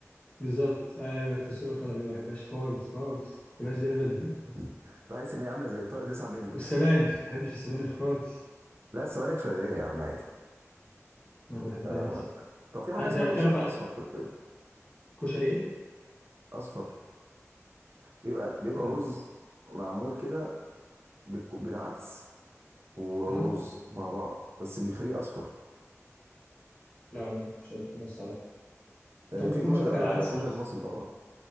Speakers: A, on the left; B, on the right.
A: بالظبط ايوه الفاصوليا الخضرا دي ما بحبهاش خالص خالص كلاش دي ابدا
B: <laughs> بحس ان هي عامله زي طارق 9
A: <laughs>
B: مللي
A: والسبانخ ما بحبش السبانخ خالص
B: لا السبانخ شغال يا عم عادي
A: ما بحبهاش
B: آه، طب في حاجه
A: تع-
B: اسمها
A: تع-
B: كشري
A: تعرف
B: اصفر
A: ع-
B: طيب،
A: كشري ايه
B: اصفر بيبقى بيبقى
A: لا
B: رز معمول كده بالك- بالعدس و- ورز
A: اه
B: مع بعض بس بيخليه اصفر
A: لا ما كنتش قبل كده الصراحه انت
B: آه،
A: ممكن
B: في
A: تكون
B: كشري
A: قصدك على العدس
B: الكشري
A: نفسه
B: المصري طبعا